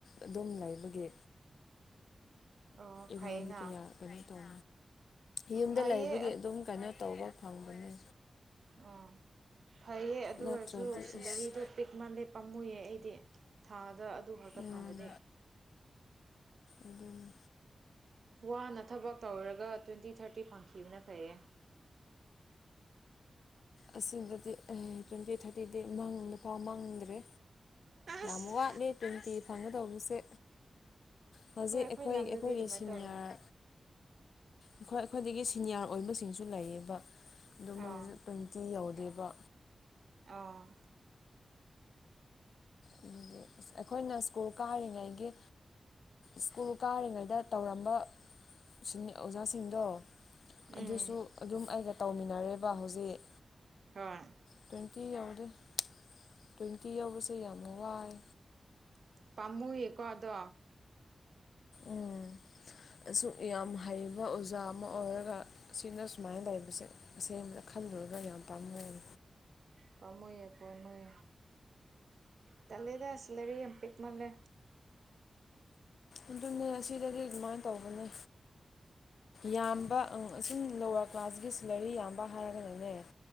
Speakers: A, on the left; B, on the right.
A: ꯑꯗꯨꯝ ꯂꯩꯕꯒꯤ
B: ꯑꯣ
A: ꯏꯔꯥꯟꯗꯤ
B: ꯐꯩꯌꯦꯅ
A: ꯀꯌꯥ ꯀꯩꯅꯣ ꯇꯧꯔꯤ ꯌꯨꯝꯗ
B: ꯐꯩꯌꯦ
A: ꯂꯩꯕꯒꯤ ꯑꯗꯨꯝ ꯀꯩꯅꯣ ꯇꯧꯕ ꯐꯪꯕꯅꯤ
B: ꯑꫭ ꯐꯩꯌꯦ ꯑꯗꯨ
A: ꯅꯠꯇ꯭ꯔꯗꯤ
B: ꯑꯣꯏꯔꯁꯨ ꯁꯦꯂꯔꯤꯗꯣ
A: ꯏꯁ
B: ꯄꯤꯛ ꯃꯥꯜꯂꯦ ꯄꯥꯝꯃꯨꯌꯦ ꯑꯩꯗꯤ ꯊꯥꯗ ꯑꯗꯨ ꯈꯛꯇ
A: ꯎꯝ
B: ꯐꯪꯕꯗꯤ
A: ꯑꯗꯨꯅꯤ
B: ꯋꯥꯅ ꯊꯕꯛ ꯇꯧꯔꯒ ꯇ꯭ꯋꯦꯟꯇꯤ ꯊꯥꯔꯇꯤ ꯐꯪꯈꯤꯕꯅ ꯐꯩꯌꯦ
A: ꯑꯁꯤꯗꯗꯤ ꯇ꯭ꯋꯦꯟꯇꯤ ꯊꯥꯔꯇꯤꯗꯤ ꯃꯪ ꯅꯨꯄꯥ ꯃꯪꯗ꯭ꯔꯦ
B: ꯑꯁ
A: ꯌꯥꯝ ꯋꯥꯠꯂꯦ ꯇ꯭ꯋꯦꯟꯇꯤ ꯐꯪꯒꯗꯧꯕꯁꯦ ꯍꯧꯖꯤꯛ
B: ꯍꯣꯏ
A: ꯑꯩꯈꯣꯏ
B: ꯂꯝꯗꯗꯤ
A: ꯑꯩꯈꯣꯏꯒꯤ
B: ꯑꯗꯨꯃꯥꯏꯅ
A: ꯁꯤꯅꯤꯌꯥꯔ
B: ꯇꯧꯕꯅꯦ
A: ꯑꯈꯣꯏ ꯑꯩꯈ꯭ꯣꯏꯗꯒꯤ ꯁꯤꯅꯤꯌꯥꯔ ꯑꯣꯏꯕꯁꯤꯡꯁꯨ ꯂꯩꯌꯦꯕ ꯑꯗꯨ ꯃꯣꯏꯗꯁꯨ
B: ꯑꯥ
A: ꯇꯤ ꯌꯧꯗꯦꯕ
B: ꯑꯣ
A: ꯑꯗꯨꯗꯤ ꯑꯩꯈꯣꯏꯅ ꯁ꯭ꯀꯨꯜ ꯀꯥꯔꯤꯉꯩꯒꯤ ꯁ꯭ꯀꯨꯜ ꯀꯥꯔꯤꯉꯩꯗ ꯇꯧꯔꯝꯕ ꯑꯣꯖꯥꯁꯤꯡꯗꯣ
B: ꯎꯝ
A: ꯑꯗꯨꯁꯨ ꯑꯗꯨꯝ ꯑꯩꯒ ꯇꯧꯃꯤꯟꯅꯔꯦꯕ ꯍꯧꯖꯤꯛ
B: ꯍꯣꯏ
A: ꯇ꯭ꯋꯦꯟꯇꯤ ꯌꯧꯗꯦ ꯇ꯭ꯋꯦꯟꯇꯤ ꯌꯧꯕꯁꯦ ꯌꯥꯝ ꯋꯥꯏ
B: ꯄꯥꯃꯨ ꯌꯦꯀꯗꯣ
A: ꯎꯝ ꯑꯁꯨꯛ ꯌꯥꯝ ꯍꯩꯕ ꯑꯣꯖꯥ ꯑꯃ ꯑꯣꯏꯔꯒ ꯁꯤꯅ ꯁꯨꯃꯥꯏꯅ ꯇꯧꯕꯁꯦ ꯑꯁꯦꯡꯕꯗ ꯈꯜꯗꯂꯨꯔꯒ ꯌꯥꯝ ꯄꯥꯝꯃꯨꯏ
B: ꯄꯥꯃꯨꯏꯌꯦꯀꯣ ꯅꯣꯏ ꯇꯜꯂꯦꯗ ꯑꯁ ꯂꯥꯏꯔꯤꯛꯌꯥꯝ ꯄꯤꯛꯃꯜꯂꯦ
A: ꯑꯗꯨꯅꯦ ꯑꯁꯤꯗꯗꯤ ꯑꯗꯨꯃꯥꯏꯅ ꯇꯧꯕꯅꯦ ꯌꯥꯝꯕ ꯑꯁꯨꯝ ꯂꯋꯥꯔ ꯀ꯭ꯂꯥꯁꯀꯤ ꯁꯂꯔꯤ ꯌꯥꯝꯕ ꯍꯥꯏꯔꯒꯅꯅꯦ